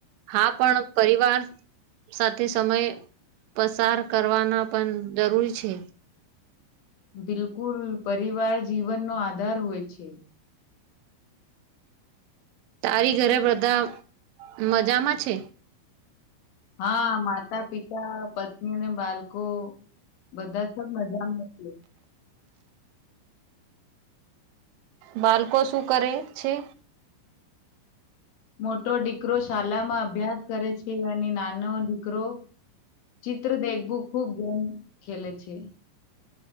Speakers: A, on the right; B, on the left.
A: હા, પણ પરિવાર સાથે સમય. પસાર કરવાના પણ જરૂરી છે.
B: બિલકુલ, પરિવાર જીવનનો આધાર હોય છે.
A: તારી ઘરે બધા મજામાં છે?
B: હા, માતા, પિતા, પતિ. અને બાળકો બધા છબ મજા નથી.
A: બાળકો શું કરે છે?
B: મોટો દીકરો શાળામાં અભ્યાસ કરે છે, અને નાનો દીકરો ચિત્ર દેખવું ખૂબ ગેમ ખેલે છે.